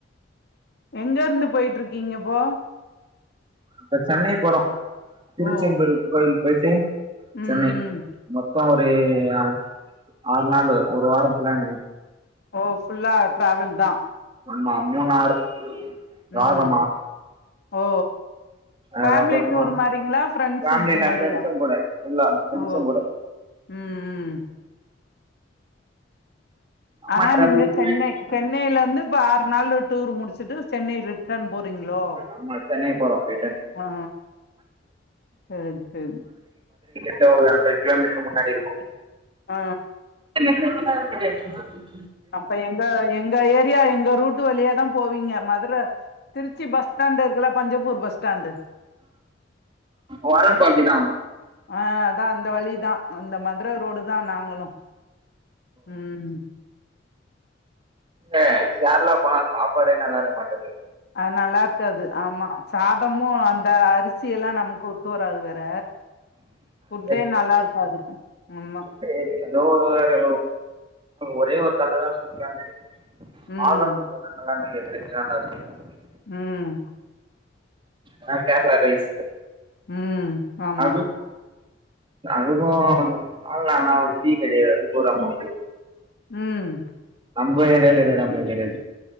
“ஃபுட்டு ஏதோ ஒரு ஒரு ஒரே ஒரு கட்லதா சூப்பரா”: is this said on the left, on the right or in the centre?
Right